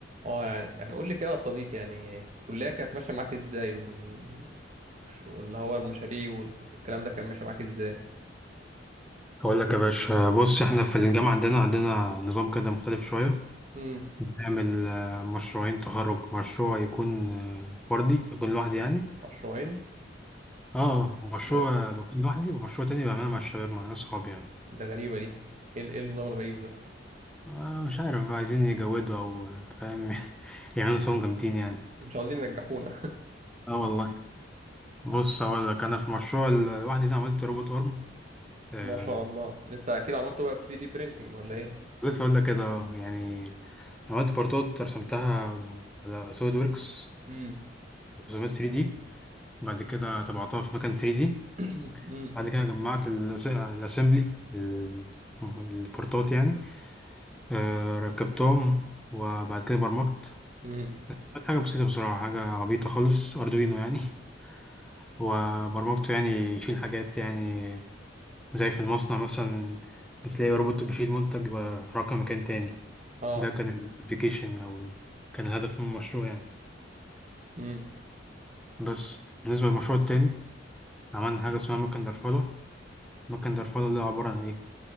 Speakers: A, on the right; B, in the centre.
A: اه يعني يعني قول لي كده يا صديقي يعني الكلية كانت ماشية معاك ازاي وال... والش- واللي هو المشاريع والكلام ده كان ماشي معاك ازاي
B: أقول لك يا باشا بص إحنا في الجامعة عندنا عندنا نظام كده مختلف شوية
A: امم
B: بنعمل آه، مشروعين تخرج مشروع يكون آه، فردي يكون لوحدي يعني
A: مشروعين
B: اه مشروع
A: ده
B: بكون لوحدي ومشروع تاني بعمله مع الشباب مع ناس صحابي يعني
A: ده غريبة دي ايه ال- ايه النظام الغريب ده
B: آه مش عارف بقى، عايزين يجودوا أو آه، فاهم <laughs> يعملوا صوم جامدين يعني
A: مش عاوزين ينجحونا
B: اه والله بص أقول لك أنا في مشروع ال- لوحدي ده عملت روبوت أرم
A: <laughs>
B: آه
A: ما شاء الله انت اكيد عملته بقى ب 3D printing ولا ايه
B: لسه أقول لك كده آه، يعني عملت بارتات رسمتها على سوليد ووركس
A: امم
B: رسومات 3D بعد كده طبعتها في مكان 3D
A: <coughs> <clears throat> امم
B: بعد كده جمعت الأس- الأسمبلي ال- البورتات يعني آه، ركبتهم وبعد كده برمجت
A: امم
B: كانت حاجة بسيطة بصراحة حاجة عبيطة خالص أردوينو يعني <laughs> وبرمجته يعني يشيل حاجات يعني زي في المصنع مثلا بتلاقي روبوت بيشيل منتج ويحركه مكان تاني
A: اه
B: ده كان الابليكيشن أو ال- كان الهدف من المشروع يعني
A: امم
B: بس بالنسبة للمشروع التاني عملنا حاجة اسمها مكن درفلة مكن درفلة اللي عبارة عن إيه؟